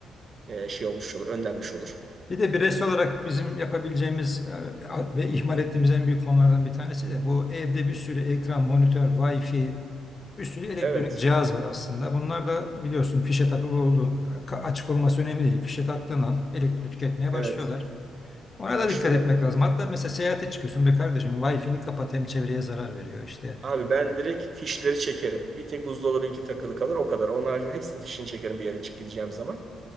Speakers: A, on the right; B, on the left.
A: e, şey olmuş olur, önlenmiş olur.
B: Bir de bireysel olarak bizim yapabileceğimiz e, ve ihmal ettiğimiz en büyük konulardan bir tanesi de bu evde bir sürü ekran, monitör, Wi-Fi, bir sürü elektronik
A: Evet,
B: cihaz var aslında. Bunlar da biliyorsun fişe takılı olduğu, ka- açık olması önemli değil. Fişe taktığın an elektrik tüketmeye başlıyorlar.
A: evet.
B: Ona
A: Haşlıyorum.
B: da dikkat etmek lazım. Hatta mesela seyahate çıkıyorsun be kardeşim Wi-Fi'ni kapat hem çevreye zarar veriyor işte.
A: Abi ben direkt fişleri çekerim. Bir tek buzdolabınki takılı kalır o kadar. Onun haricinde hepsinin fişini çekerim bir yere çık gideceğim zaman.